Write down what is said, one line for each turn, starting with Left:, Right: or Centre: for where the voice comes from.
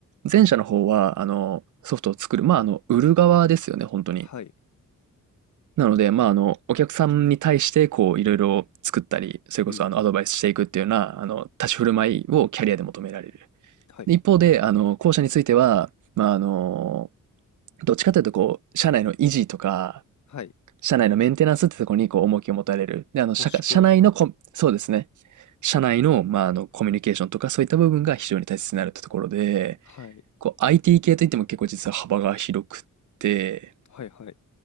Right: 前者の方は、あの、ソフトを作る、まあ、あの、売る側ですよね、本当に。
Left: はい。
Right: なので、まあ、あの、お客さんに対して、こう、いろいろ作ったり、それこそ、
Left: うん。
Right: あの、アドバイスしていくっていうような、あの、立ち振る舞いをキャリアで求められる。
Left: はい。
Right: で一方で、あの、後者については、まあ、あの、どっちかというと、こう、社内の維持とか、
Left: はい。
Right: 社内のメンテナンスってところに、こう、重きを持たれる。で、あの、
Left: 保守系とか。
Right: 社社内のコ、そうですね。社内の、まあ、あの、コミュニケーションとか、そういった部分が非常に大切になるってところで、
Left: はい。
Right: こう、IT 系といっても結構実は幅が広くて、
Left: はいはい。